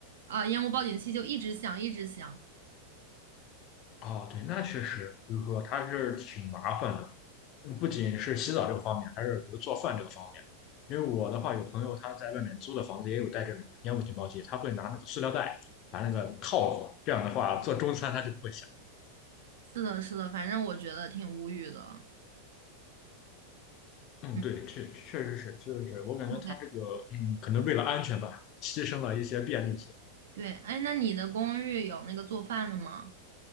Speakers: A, on the right; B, on the left.
A: 啊、烟雾报警器就一直响，一直响。
B: 哦，对，那确实，就是说它是挺麻烦的，嗯不仅是洗澡这个方面，还是比如做饭这个方面。因为我的话，有朋友他在外面租的房子也有带这种烟雾警报器，他会拿那个塑料袋把那个套住，这样的话做中餐他就不会响。
A: 是的，是的，反正我觉得挺无语的。
B: 嗯，
A: 嗯，
B: 对，这确实是，确实是，我感觉他这个，
A: 对
B: 嗯，可能为了安全吧，牺牲了一些便利性。
A: 对，哎，那你的公寓有那个做饭的吗？